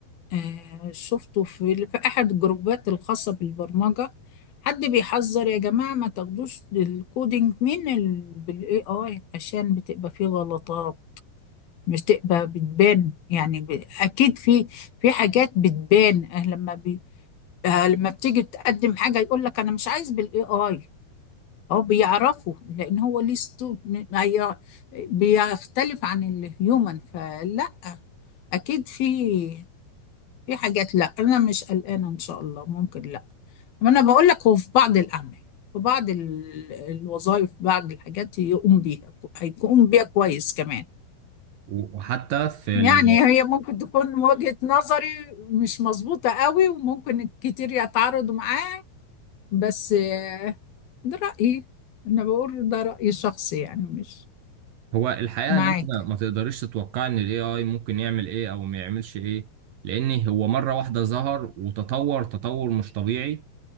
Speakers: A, on the left; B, on the right.
A: آه، شفته في في أحد الجروبات الخاصة بالبرمجة حد بيحذر يا جماعة ما تاخدوش الكودينج من ال... بالاي اي عشان بتبقى فيه غلطات بتبقى بتبان يعني ب... اكيد في في حاجات بتبان أه، لما بي... أه، لما بتيجي تقدم حاجه يقول لك انا مش عايز بالاي اي هو بيعرفوا لان هو ليه ستو... هي... بيختلف عن الهيومن فلا اكيد في في حاجات لا انا مش قلقانه ان شاء الله ممكن لا ما انا بقول لك هو في بعض الاعمال في بعض ال- الوظائف بعض الحاجات يقوم بيها هيقوم بيها كويس كمان
B: و- وحتى في
A: يعني
B: ال...
A: هي ممكن تكون وجهة نظري مش مظبوطة قوي وممكن كتير يتعارضوا معاه بس آه، ده رأيي أنا بقول ده رأيي الشخصي يعني مش
B: هو الحقيقه
A: معاك
B: ان انت ما تقدرش تتوقع ان الاي اي ممكن يعمل ايه او ما يعملش ايه لان هو مره واحده ظهر وتطور تطور مش طبيعي